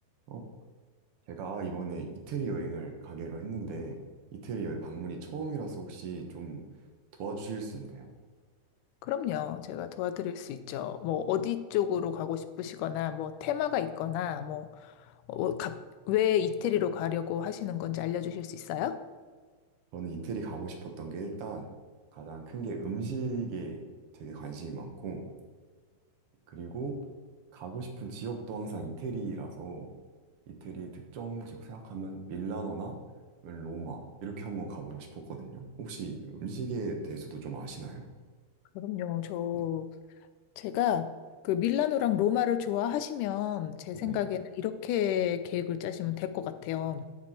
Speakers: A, on the right; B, on the left.
A: 어, 제가 이번에 이태리 여행을 가기로 했는데 이태리 여행 방문이 처음이라서 혹시 좀 도와주실 수 있나요?
B: 그럼요. 제가 도와드릴 수 있죠. 뭐, 어디 쪽으로 가고 싶으시거나, 뭐, 테마가 있거나, 뭐, 어, 어, 갑- 왜 이태리로 가려고 하시는 건지 알려주실 수 있어요?
A: 저는 이태리 가고 싶었던 게 일단 가장 큰 게 음식에 되게 관심이 많고 그리고 가고 싶은 지역도 항상 이태리라서 이태리 특정 지역 생각하면 밀라노나 아니면 로마 이렇게 한번 가보고 싶었거든요. 혹시 음식에 대해서도 좀 아시나요?
B: 그럼요. 저,
A: 네.
B: 제가 그 밀라노랑 로마를 좋아하시면 제 생각에는
A: 네.
B: 이렇게 계획을 짜시면 될 것 같아요.